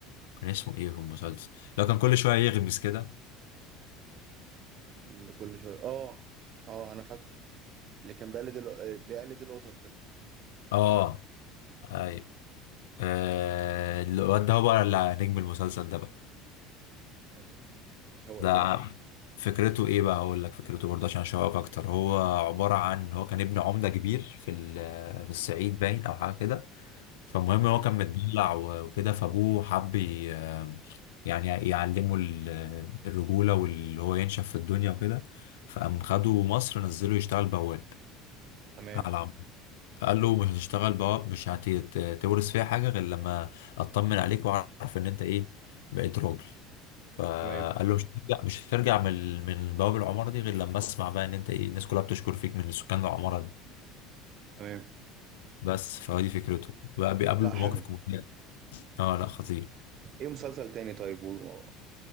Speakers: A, on the left; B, on the right.
A: كان اسمه ايه في المسلسل اللي هو كان كل شويه يغمس كده
B: اللي كل شويه اه اه انا فاكره اللي كان بيقلد ال... بيقلد القطط ده
A: اه اي آه، الواد ده هو بقى اللي نجم المسلسل ده بقى
B: حلو ده انت شوقتني
A: ده ع-
B: والله
A: فكرته ايه بقى اقول لك فكرته برضه عشان اشوقك اكتر هو عباره عن هو كان ابن عمده كبير في ال- في الصعيد باين او حاجه كده فالمهم
B: تمام
A: هو كان متدلع و- وكده فابوه حب ي- يعني يعلمه ال- الرجولة واللي هو ينشف في الدنيا وكده فقام خده مصر نزله يشتغل بواب
B: تمام
A: على عم فقال له مش هتشتغل بواب مش هتورث فيها حاجة غير لما اطمن عليك واعرف ان انت ايه بقيت راجل فقال
B: تمام
A: له مش هترجع مش هترجع من ال- من بواب العمارة دي غير لما اسمع بقى ان انت ايه الناس كلها بتشكر فيك من سكان العمارة دي
B: تمام
A: بس فهو دي فكرته بقى بيقابله
B: لا حلو
A: مواقف مهمة. اه لا خطير
B: ايه مسلسل تاني طيب و...